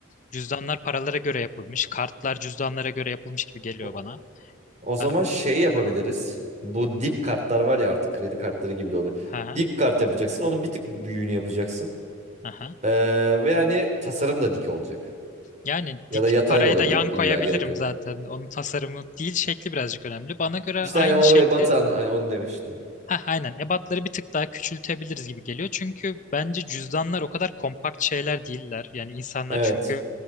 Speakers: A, on the left (about 40°); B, on the right (about 35°).
A: cüzdanlar paralara göre yapılmış, kartlar cüzdanlara göre yapılmış gibi geliyor
B: O
A: bana.
B: o zaman
A: Ha,
B: şey yapabiliriz. Bu dik kartlar var ya artık kredi kartları gibi de oluyor.
A: ha,
B: Dik kart yapacaksın. Onun bir tık büyüğünü yapacaksın.
A: ha.
B: Ee, ve hani tasarım da dik olacak.
A: Yani
B: Ya
A: dik
B: da yatay
A: parayı
B: da olabilir.
A: da yan koyabilirim
B: İlla gerek yok.
A: zaten. Onun tasarımı değil şekli birazcık önemli. Bana göre aynı
B: İşte hani o
A: şekli
B: ebatan hani onu demiştim.
A: ha aynen ebatları bir tık daha küçültebiliriz gibi geliyor. Çünkü bence cüzdanlar o kadar kompakt şeyler değiller. Yani insanlar
B: Evet.
A: çünkü